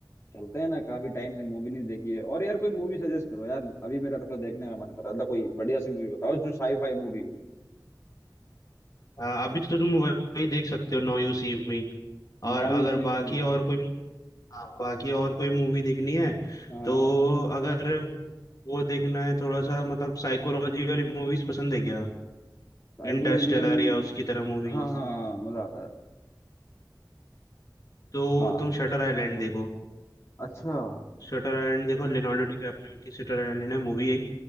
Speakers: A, on the left; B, on the left.
A: चलते हैं ना काफी टाइम से मूवी नहीं देखी है और यार कोई मूवी सजेस्ट करो यार अभी मेरा थोड़ा देखने का मन कर रहा था कोई बढ़िया सी मूवी बताओ जो साई फाई मूवी हो
B: आ, अभी तो तुम वही देख सकते हो नौ यू सी में और
A: Now
B: अगर
A: you see
B: बाकी
A: me
B: और कोई हाँ बाकी और कोई मूवी देखनी है
A: हाँ
B: तो अगर वो देखना है थोड़ा सा मतलब साइकोलॉजी वाली मूवीज पसंद है क्या
A: साइकोलॉजिकल
B: इंटरस्टेलर या उसकी तरह मूवीज
A: हाँ हाँ मजा आता है
B: तो
A: हाँ
B: तुम शटर आइलैंड देखो
A: अच्छा
B: शटर आइलैंड देखो लियोनार्डो डिकैप्रियो की शटर आइलैंड है मूवी एक